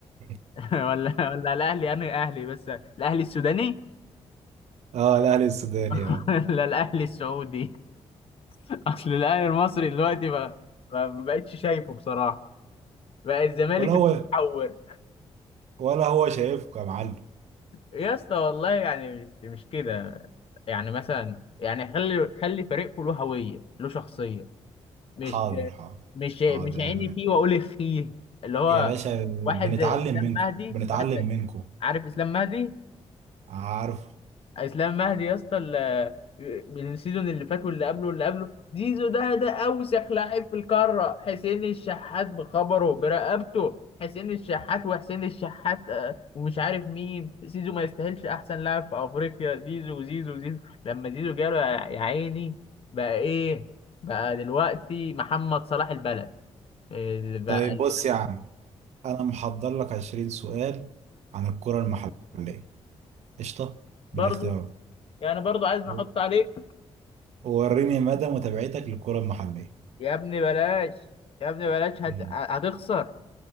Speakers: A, on the right; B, on the left.
A: <laughs>
B: <laughs> ولا ولا الاهلي انا اهلي بس الاهلي السوداني
A: اه الاهلي السوداني
B: <laughs>
A: اه
B: ولا الاهلي السعودي <laughs> اصل الاهلي المصري دلوقتي بقى ما ما بقتش شايفه بصراحه بقى الزمالك
A: ولا هو
B: اللي بيتحور
A: ولا هو شايفكم يا معلم
B: يا اسطى والله يعني مش مش كده يعني مثلا يعني خلي خلي فريقكم له هويه له شخصيه مش
A: حاضر حاضر
B: مش مش
A: حاضر
B: عيني فيه واقول اخيه اللي هو
A: يا باشا
B: واحد
A: بنتعلم
B: زي اسلام
A: منكم
B: مهدي
A: بنتعلم
B: واحد زي
A: منكم
B: عارف اسلام مهدي
A: عارف
B: اسلام مهدي يا اسطى ال- من السيزون اللي فات واللي قبله واللي قبله زيزو ده ده اوسخ لاعب في القاره حسين الشحات بخبره برقبته حسين الشحات وحسين الشحات آه، ومش عارف مين زيزو ما يستاهلش احسن لاعب في افريقيا زيزو زيزو زيزو لما زيزو جاله يا يا عيني بقى ايه بقى دلوقتي محمد صلاح البلد اللي بقى
A: طيب
B: اللي
A: بص
B: بقى
A: يا عم انا محضر لك 20 سؤال عن الكرة المحلية قشطة
B: برضه
A: بالاختيارات
B: يعني برضه عايز نحط
A: و-
B: عليك
A: ووريني مدى متابعتك للكرة المحلية
B: يا ابني بلاش يا ابني بلاش هت...
A: يلا
B: هتخسر